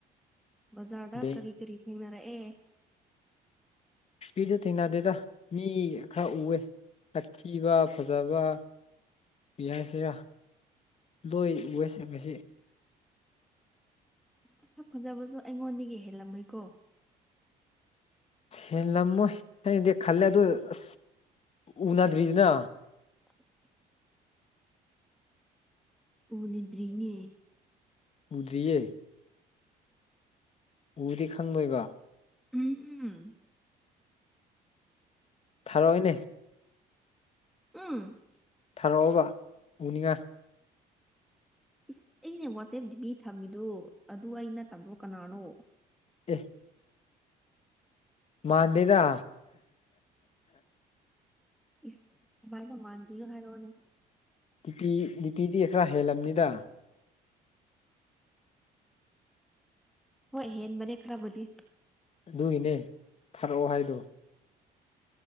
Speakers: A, in the centre; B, on the left (about 40°).
A: ꯕꯖꯥꯔꯗ
B: ꯑꯗꯩ
A: ꯀꯔꯤ ꯀꯔꯤ ꯊꯦꯡꯅꯔꯛꯑꯦ
B: ꯁꯄꯤꯁꯨ ꯊꯦꯡꯅꯗꯦꯗ ꯃꯤ ꯈꯔ ꯎꯑꯦ ꯇꯛꯊꯤꯕ ꯐꯖꯕ ꯄꯤ ꯍꯥꯏꯁꯤꯔꯥ ꯂꯣꯏ ꯉꯁꯤꯁꯤ
A: ꯑꯁꯛ ꯐꯖꯕꯁꯨ ꯑꯩꯉꯣꯟꯗꯒꯤ ꯍꯦꯜꯂꯝꯃꯣꯏꯀꯣ
B: ꯍꯦꯜꯂꯝꯃꯣꯏ ꯑꯩꯅꯗꯤ ꯈꯜꯂꯦ ꯑꯗꯣ ꯑꯁ ꯎꯅꯗ꯭ꯔꯤꯗꯅ
A: <unintelligible> ꯎꯅꯗꯔꯤꯅꯦ
B: ꯎꯗ꯭ꯔꯤꯌꯦ ꯎꯔꯗꯤ ꯈꯪꯗꯣꯏꯕ
A: ꯎꯝ <inaudible>
B: ꯊꯥꯔꯣꯏꯅꯦ
A: ꯎꯝ
B: ꯊꯥꯔꯛꯑꯣꯕ ꯄꯨꯅꯤꯡꯉꯥꯏ
A: ꯏꯁ ꯑꯩꯅ ꯋꯥꯆꯦꯞ ꯗꯤ ꯄꯤ ꯊꯝꯃꯤꯗꯨꯣ ꯑꯗꯨ ꯑꯩ ꯅꯠꯇꯕ꯭ꯔꯣ ꯀꯅꯥꯅꯣ
B: ꯑꯦ ꯃꯥꯟꯗꯦꯗ
A: ꯏꯁ ꯀꯃꯥꯏꯅ ꯃꯥꯟꯗꯔ꯭ꯤꯅꯣ ꯍꯥꯏꯔꯛꯑꯣꯅꯦ
B: ꯗꯤꯄꯤ ꯗꯤꯄꯤ ꯗꯤ ꯈꯔ ꯍꯦꯜꯂꯝꯅꯤꯗ
A: ꯍꯣꯏ ꯍꯦꯟꯕꯅꯤ ꯈꯔꯕꯨꯗꯤ
B: ꯑꯗꯨꯒꯤꯅꯦ ꯊꯥꯔꯛꯑꯣ ꯍꯥꯏꯗꯣ